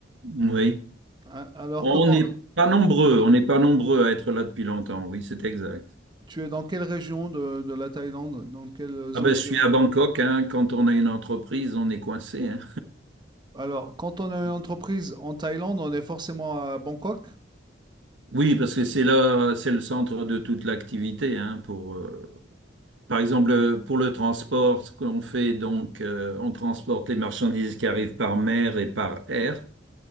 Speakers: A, on the right; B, on the right.
A: Oui,
B: A- Alors
A: on
B: comment,
A: n'est pas nombreux, on n'est pas nombreux à être là depuis longtemps, oui, c'est exact.
B: Tu es dans quelle région de, de la Thaïlande? Dans quelle zone
A: Ah ben, je
B: géographique?
A: suis à Bangkok, hein, quand on a une entreprise, on est coincé, hein.
B: Alors, quand on a une entreprise en Thaïlande, on est forcément à Bangkok?
A: Oui, parce que c'est là, c'est le centre de toute l'activité, hein, pour, euh, par exemple, euh, pour le transport, ce qu'on fait, donc, euh, on transporte les marchandises qui arrivent par mer et par air.